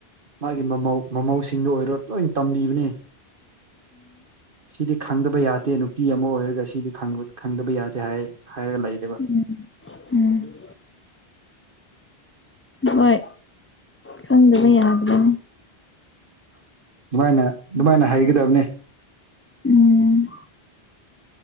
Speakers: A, on the right; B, on the left.
A: ꯃꯥꯒꯤ ꯃꯃꯧ ꯃꯃꯧꯁꯤꯡꯗ ꯑꯣꯏꯔꯣ ꯂꯣꯏ ꯇꯝꯕꯤꯕꯅꯦ ꯁꯤꯗꯤ ꯈꯪꯗꯕ ꯌꯥꯗꯦ ꯅꯨꯄꯤ ꯑꯃ ꯑꯣꯏꯔꯒ ꯁꯤꯗꯤ ꯈꯪꯗꯕ ꯌꯥꯗꯦ ꯍꯥꯏꯔꯒ ꯂꯩꯔꯦꯕ
B: ꯎꯝ ꯎꯝ ꯍꯣꯏ ꯈꯪꯗꯕ ꯌꯥꯗ꯭ꯔꯤꯅꯦ
A: ꯑꯗꯨꯃꯥꯏꯅ ꯑꯗꯨꯃꯥꯏꯅ ꯍꯩꯒꯗꯕꯅꯦ
B: ꯎꯝ